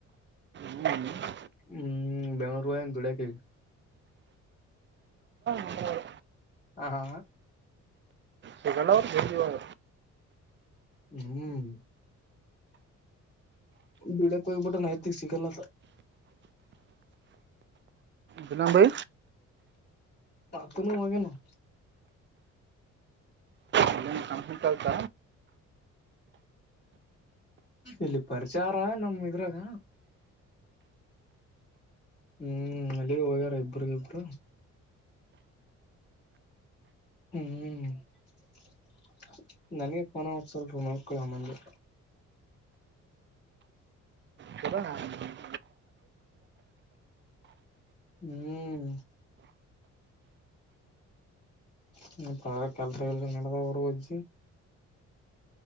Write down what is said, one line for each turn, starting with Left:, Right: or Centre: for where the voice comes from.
Right: ಸಿಗಲ್ಲಪ್ಪ
Left: ಹ್ಮ್ ಬೆಂಗ್ಳೂರು ್ ಡಕ್ಕೆ
Right: ನಂಬರ್
Left: ಹಾ ಹಾ
Right: ಸಿಗಲ್ಲ ಅವ್ರು ಜಲ್ದಿ ಇವಾಗ
Left: ಹ್ಮ್ ಬಿಡ ಕೊ ಬಟ ನೈತ ಸಿಗಲ್ಲ
Right: ದಿನಂ ಬೈ
Left: ಆತ್ತುುನುವಗೆನು <unintelligible>
Right: ಇಲ್ಲೇನು ಕಂಪ್ನಿ ಕಲ್ತ
Left: ಇಲ್ಲಿ ಪರಿಚಾರ ನಮ ಇದ್ರಾಗ ಹ್ಮ್ ಅಲ್ಲಿ ಹೋಗ್ಯಾರ ಇಬ್ರಗ ಇಬ್ಬರು ಹ್ಮ್ <inaudible> ನನ್ಗೆ ಫೋನವತ್ತು ಸ್ವಲ್ಪ ಮಾಡಕಳಮ್ಮಂದಿ
Right: ಹಞ ಹಲೋಣ <unintelligible>
Left: ಹ್ಮ್ <inaudible> ಹ ತ ಕೆಲಸ ನಡೆದ ಬ ಹ್ಜು <unintelligible>